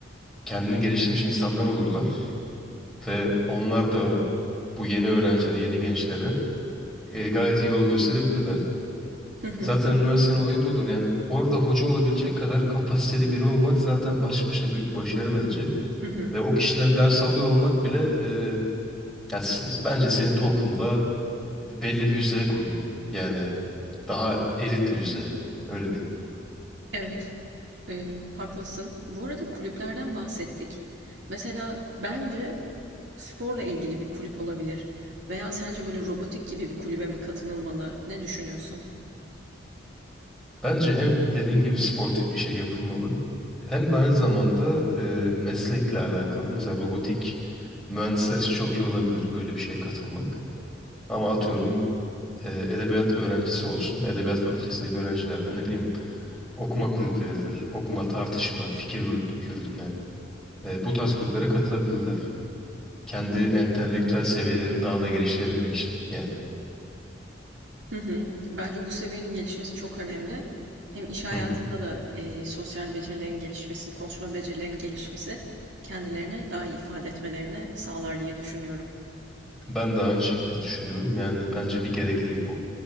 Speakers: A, in the centre; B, on the right.
A: kendini geliştirmiş insanlar olurlar ve onlar da bu yeni öğrencilere, yeni gençlere e, gayet iyi yol gösterebilirler.
B: Hı hı,
A: Zaten üniversitenin olayı da odur. Yani orada hoca olabilecek kadar kapasiteli biri olmak zaten başlı başına büyük başarı bence.
B: hı hı.
A: Ve o kişiden ders alıyor olmak bile e, yani siz- bence senin toplumda belli bir yüzdeye koyuyor. Yani daha elit bir yüzdeye. Öyle diyeyim.
B: Evet, e, haklısın. Bu arada kulüplerden bahsettik. Mesela bence sporla ilgili bir kulüp olabilir. Veya sence böyle robotik gibi bir kulübe mi katılınmalı? Ne düşünüyorsun?
A: Bence hem dediğin gibi sportif bir şey yapılmalı hem de aynı zamanda e, meslekle alakalı mesela robotik mühendisler için çok iyi olabilir öyle bir şeye katılmak. Ama atıyorum e, edebiyat öğrencisi olsun, edebiyat fakültesindeki öğrenciler de ne bileyim okuma kulüpleridir, okuma, tartışma, fikir yürüt- yürütme. e, bu tarz kulüplere katılabilirler. Kendi entelektüel seviyelerini daha da geliştirebilmek için yani.
B: Hı hı. Bence bu seviyenin gelişmesi çok önemli. Hem iş hayatında
A: Hı hı.
B: da e, sosyal becerilerin gelişmesi, konuşma becerilerinin gelişmesi kendilerini daha iyi ifade etmelerini sağlar diye düşünüyorum.
A: Ben de aynı şekilde düşünüyorum. Yani bence bir gereklilik bu.